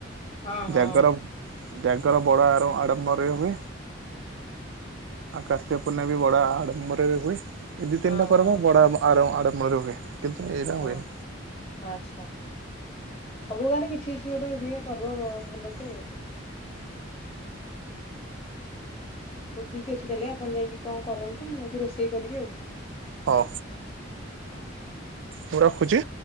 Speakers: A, on the left; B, on the right.
A: ହଁ ହଁ
B: ଜାଗର ଜ୍ୟାଗର ବଡ ଆର ଆଡମ୍ବରରେ ହୁଏ। ଆଉ କାର୍ତ୍ତିକ ପୂର୍ଣ୍ଣିମା ବି ବଡ ଆଡମ୍ବରରେ ହୁଏ। ଏଇ ଦି
A: ହଁ
B: ତିନଟା
A: ହଁ
B: ପର୍ବ
A: ହଁ
B: ବଡ ଆର ଆରମ୍ବରେ ହୁଏ। କିନ୍ତୁ ଏଇଟା
A: ହଁ
B: ହୁଏନି
A: ଆଚ୍ଛା ସବୁ ଗାଁ ରେ କିଛି କିଛି ଗୋଟେ ହୁଏ ପର୍ବ ଭଲସେ ହଉ ଠିକ ଅଛି ତାହେଲେ ଆପଣ ଯାଇକି କଣ କରନ୍ତୁ ମୁଁ ଯଦି ରୋଷେଇ କରିବି ଆଉ
B: ହଁ
A: ହଁ
B: ମୁଁ ରଖୁଛି